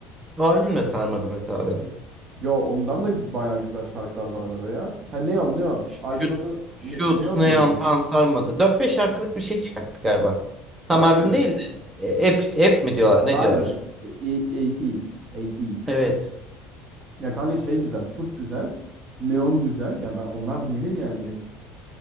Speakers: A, on the right (about 15°); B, on the right (about 40°).
A: O albüm de sarmadı mesela beni.
B: Yo ondan da bayağı güzel şarkılar var arada ya. Ha Neon Neon. Albüm
A: Shoot,
B: adı
A: Shoot,
B: Ne- Neon
A: Neon
B: muydu?
A: falan sarmadı. Dört beş şarkılık bir şey çıkarttı galiba. Tam
B: Aynen.
A: albüm değil de. E, App, app mi diyorlar ne
B: Aynen.
A: diyorlar?
B: E- e- AP. AP.
A: Evet.
B: Ya kanka şey güzel, şut güzel, neon güzel. Yani ben onlar dinlenir yani direkt.